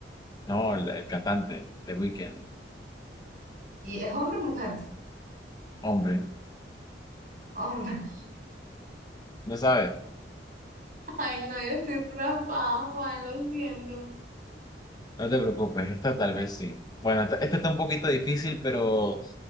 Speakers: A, on the left; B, on the right.
A: No, el, el cantante, The Weeknd.
B: ¿Y es hombre o mujer?
A: Hombre,
B: Hombre.
A: no sabes,
B: <laughs> Ay, no, yo estoy raspada, Juan, lo siento.
A: no te preocupes, esta tal vez sí. Bueno, esta, esta está un poquito difícil, pero